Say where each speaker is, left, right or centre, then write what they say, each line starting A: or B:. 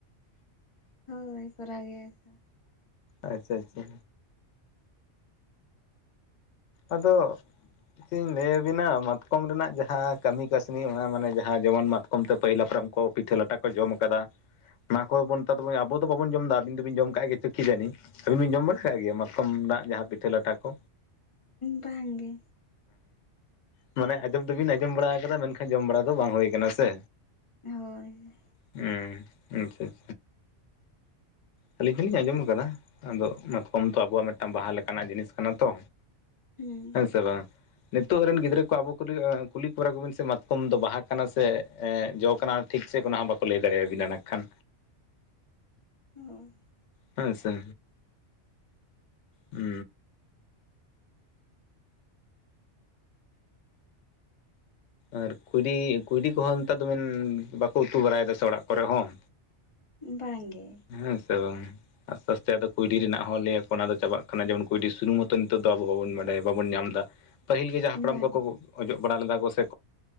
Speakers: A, on the left (about 35°); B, on the left (about 85°).
A: ᱦᱳᱭ᱾ ᱠᱚᱨᱟᱣ ᱜᱮᱭᱟ ᱠᱚ᱾
B: ᱟᱪᱪᱷᱟ ᱟᱪᱪᱷᱟ ᱟᱫᱚ ᱪᱮᱜ ᱤᱧ ᱞᱟᱹᱭ ᱟᱵᱤᱱᱟ ᱢᱟᱛᱠᱚᱢ ᱨᱮᱱᱟᱜ ᱡᱟᱦᱟ ᱠᱟᱹᱢᱤ ᱠᱟᱹᱥᱱᱤ ᱚᱱᱟ ᱢᱟᱱᱮ ᱡᱟᱦᱟᱸ ᱡᱮᱢᱚᱱ ᱢᱟᱛ ᱠᱚᱢᱛᱮ ᱯᱟᱹᱦᱤᱞ ᱦᱟᱯᱲᱟᱢ ᱠᱚ ᱯᱤᱴᱷᱟᱹ ᱞᱟᱴᱟ ᱠᱚ ᱡᱚᱢ ᱠᱟᱫᱟ᱾ ᱚᱱᱟ ᱠᱚᱦᱚᱸ ᱵᱚᱱ <unintelligible> ᱟᱵᱚ ᱫᱚ ᱵᱟᱵᱚᱱ ᱡᱚᱢ ᱫᱟ ᱟᱵᱤᱱ ᱫᱚᱵᱤᱱ ᱡᱚᱢ ᱠᱟᱜ ᱜᱮᱪᱚ ᱠᱤ ᱡᱟᱱᱤ ᱟᱹᱵᱤᱱ ᱵᱤᱱ ᱡᱚᱢ ᱵᱟᱲᱟ ᱠᱟᱜ ᱜᱮᱭᱟ, ᱢᱟᱛᱠᱚᱢ ᱨᱮᱱᱟᱜ ᱡᱟᱦᱟᱸ ᱯᱤᱴᱷᱟᱹ ᱞᱟᱴᱷᱟ ᱠᱚ᱾
A: ᱵᱟᱝ ᱜᱮ᱾
B: ᱚ ᱢᱟᱱᱮ ᱟᱡᱚᱢ ᱫᱚᱵᱤᱱ ᱟᱡᱚᱢ ᱵᱟᱲᱟ ᱠᱟᱫᱟ᱾ ᱢᱮᱱᱠᱷᱟᱱ ᱡᱚᱢ ᱵᱟᱲᱟ ᱫᱚ ᱵᱟᱝ ᱦᱳᱭ ᱠᱟᱱᱟ ᱥᱮ
A: ᱦᱳᱭ
B: ᱩᱸ ᱟᱪᱪᱷᱟ ᱟᱪᱪᱷᱟ᱾ ᱟᱹᱞᱤᱧ ᱢᱟᱞᱤᱧ ᱟᱸᱡᱚᱢ ᱟᱠᱟᱫᱟ᱾ ᱟᱫᱚ ᱢᱟᱛᱠᱚᱢ ᱛᱚ ᱟᱵᱚᱣᱟᱜ ᱢᱤᱫᱴᱟᱝ ᱵᱟᱦᱟ ᱞᱮᱠᱟᱱᱟᱜ ᱡᱤᱱᱤᱥ ᱠᱟᱱᱟ ᱛᱚ
A: ᱦᱩᱸ
B: ᱦᱮᱸ ᱥᱮ ᱵᱟᱝ ᱱᱤᱛᱚᱜ ᱨᱮᱱ
A: ᱦᱳᱭ
B: ᱜᱤᱫᱽᱨᱟᱹ ᱠᱚ ᱟᱵᱚ ᱠᱩᱞᱤ ᱠᱩᱞᱤ ᱠᱚ ᱠᱚᱵᱤᱱ ᱥᱮ ᱢᱟᱛᱠᱚᱢ ᱫᱚ ᱵᱟᱦᱟ ᱠᱟᱱᱟ ᱥᱮ ᱡᱚ ᱠᱟᱱᱟ ᱴᱷᱤᱠ ᱥᱟᱹᱦᱤᱡ ᱚᱱᱟ ᱦᱚᱸ ᱵᱟᱠᱚ ᱞᱟᱹᱭ ᱫᱟᱲᱮ ᱟᱵᱤᱱᱟ ᱱᱟᱜ ᱠᱷᱟᱱ
A: ᱦᱳᱭ
B: ᱦᱮᱸ ᱥᱮ ᱩ ᱟᱨ ᱠᱩᱭᱰᱤ, ᱠᱩᱭᱰᱤ ᱠᱚᱦᱚᱸ ᱱᱮᱛᱟᱨ ᱫᱚ ᱵᱮᱱ ᱵᱟᱠᱚ ᱩᱛᱩ ᱵᱟᱲᱟᱭ ᱫᱟ ᱥᱮ ᱦᱚᱸ ᱚᱲᱟᱜ ᱠᱚᱨᱮᱜ ᱦᱚᱸ
A: ᱵᱟᱝ ᱜᱮ
B: ᱦᱮᱸ ᱥᱮ ᱵᱟᱝ ᱟᱥᱛᱮ ᱟᱥᱛᱮ ᱟᱫᱚ ᱠᱩᱭᱰᱤ ᱨᱮᱱᱟᱜ ᱦᱚᱸ ᱞᱟᱹᱭ ᱟᱠᱚ ᱚᱱᱟ ᱫᱚ ᱪᱟᱵᱟᱜ ᱠᱟᱱᱟ, ᱡᱮᱢᱚᱱ ᱠᱩᱭᱰᱤ ᱥᱩᱱᱩᱢ ᱦᱚᱛᱚ ᱱᱤᱛᱚᱜ ᱫᱚ ᱟᱵᱚ ᱵᱟᱵᱚᱱ ᱵᱟᱰᱟᱭᱟ᱾ ᱵᱟᱵᱚᱱ ᱧᱟᱢ ᱫᱟ᱾ ᱯᱟᱹᱦᱤᱞ ᱜᱮ ᱡᱟᱦᱟᱸ ᱦᱟᱯᱲᱟᱢ
A: ᱵᱟᱝ
B: ᱠᱚᱠᱚ ᱚᱡᱚᱜ ᱵᱟᱲᱟ ᱞᱮᱫᱟ ᱠᱚ ᱥᱮ